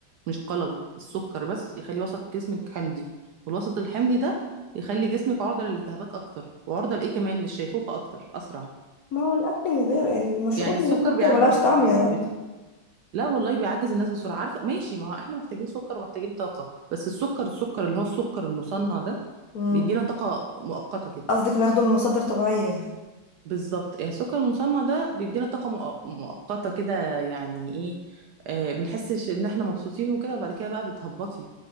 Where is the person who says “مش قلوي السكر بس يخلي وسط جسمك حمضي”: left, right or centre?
Right